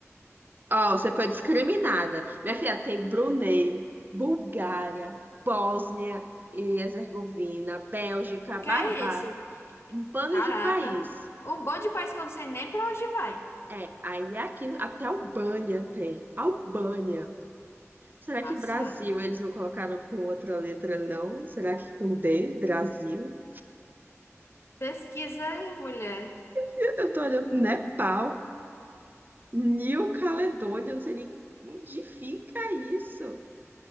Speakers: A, on the right; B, on the left.
A: Ó, você foi discriminada. Minha filha, tem Brunei, Bulgária, Bósnia e Herzegovina, Bélgica,
B: O
A: Barbados,
B: que é isso?
A: um bando
B: Caraca.
A: de país.
B: Um bando de país que eu não sei nem pra onde vai.
A: É, aí é aqui até Albânia tem. Albânia. Será
B: Passada.
A: que Brasil eles não colocaram com outra letra, não? Será que com D, Brasil?
B: Pesquisa aí, mulher.
A: Eu eu tô olhando Nepal. New Caledônia, eu não sei nem onde fica isso.